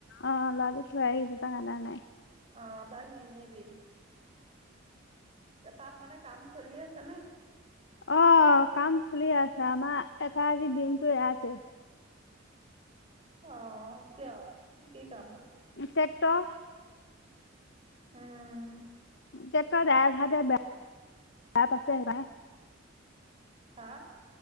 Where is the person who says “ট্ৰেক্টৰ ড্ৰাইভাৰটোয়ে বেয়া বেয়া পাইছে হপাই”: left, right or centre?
Left